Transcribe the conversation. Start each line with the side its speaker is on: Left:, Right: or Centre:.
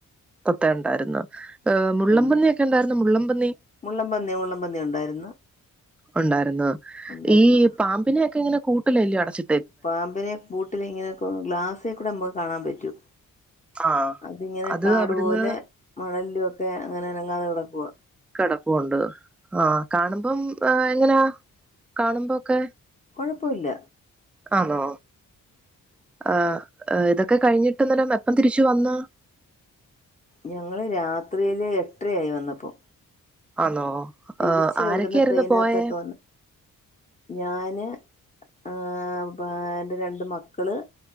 Centre: തത്ത ഒണ്ടായിരുന്നു ഏ മുള്ളമ്പന്നിക്കെ
Left: ഉണ്ടായിരുന്നു
Centre: ഒണ്ടായിരുന്നോ മുള്ളമ്പന്നി
Left: മുള്ളൻപന്നി മുള്ളൻപന്നി ഉണ്ടായിരുന്നു
Centre: ഒണ്ടായിര്ന്നു
Left: ഉണ്ടായിരുന്നു
Centre: ഈ പാമ്പിനൊക്കെങ്ങനെ കൂട്ടിലല്യോ അടച്ചി
Left: പാമ്പിനെ കൂട്ടിലിങ്ങനെ പ്പൊ ഗ്ലാസ്സേക്കൂടെ നമ്മുക്ക് കാണാൻ പറ്റും
Centre: ആഹ്
Left: അതിങ്ങനെ
Centre: അത്
Left: കാടു
Centre: അവിടുന്ന്
Left: പോലെ മണലൊക്കെ അങ്ങനെ അനങ്ങാതെ കെടക്കുവ
Centre: കെടപ്പുണ്ട്. ആ കാണുമ്പോ ഏ എങ്ങനാ കാണുമ്പോക്കെ?
Left: കുഴപ്പമില്ല
Centre: ആണോ ആ ഏ ഇതൊക്കെ കഴിഞ്ഞിട്ടേന്നരം എപ്പം തിരിച്ചു വന്ന?
Left: ഞങ്ങള് രാത്രിയില് എട്ടരയായി വന്നപ്പം.
Centre: ആന്നോ
Left: തിരിച്ചു
Centre: ആരൊക്കെയായിരുന്നു
Left: ഇവിടന്ന് ട്രെയിനകത്തൊക്കെ
Centre: പോയേ
Left: വന്ന് ഞാന് ആ എന്റെ രണ്ട് മക്കള്